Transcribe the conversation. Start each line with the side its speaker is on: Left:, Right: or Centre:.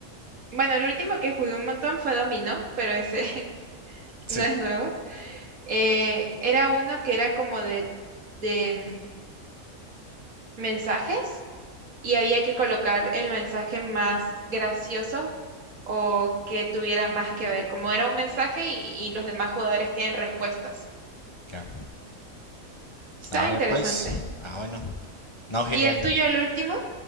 Right: bueno, el último que jugué un montón fue dominó, pero ese <laughs>
Left: Sí,
Right: no es nuevo. Eh, era uno que era como de, de mm, mensajes y había que colocar el mensaje más gracioso o que tuviera más que ver, como era un mensaje y, y los demás jugadores tienen respuestas.
Left: ya.
Right: Estaba
Left: Ah,
Right: interesante.
Left: ya pues. Ah, bueno. No, genial.
Right: ¿Y el tuyo, el último?